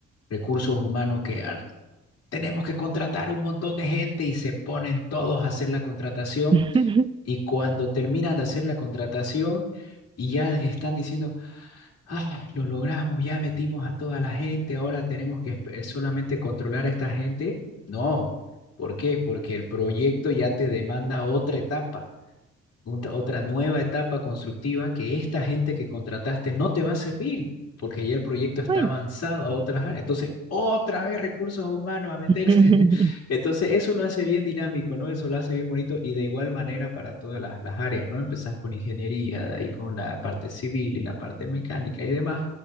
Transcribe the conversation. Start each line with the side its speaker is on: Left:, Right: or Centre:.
Left: recursos humanos que ah, tenemos que contratar un montón de gente y se ponen todos a hacer la contratación
Right: <laughs>
Left: y cuando terminan de hacer la contratación y ya están diciendo, ah, lo logramos, ya metimos a toda la gente, ahora tenemos que espe- solamente controlar a esta gente. No, ¿por qué? Porque el proyecto ya te demanda otra etapa otra, otra nueva etapa constructiva que esta gente que contrataste no te va a servir, porque ya el proyecto está
Right: Bueno,
Left: avanzado a otras áreas. Entonces, otra vez recursos humanos a meterse.
Right: <laughs>
Left: <laughs> Entonces, eso lo hace bien dinámico, ¿no? Eso lo hace bien bonito y de igual manera para todas las, las áreas, ¿no? Empezás con ingeniería, de ahí con la parte civil y la parte mecánica y demás,